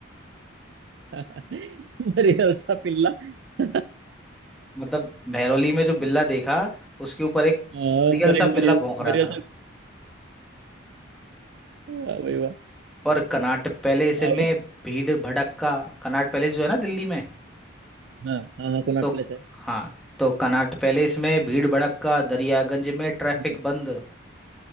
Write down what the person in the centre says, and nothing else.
मतलब मेहरौली में जो बिल्ला देखा उसके ऊपर एक
मरियल
सा
पिल्ला
भौंक रहा
था
और कनाट पैलेस
में भीड़ भड़क्का कनाट पैलेस जो है ना दिल्ली में
तो
हाँ तो कनाट पैलेस में भीड़ भड़क्का दरियागंज में ट्रैफिक
बंद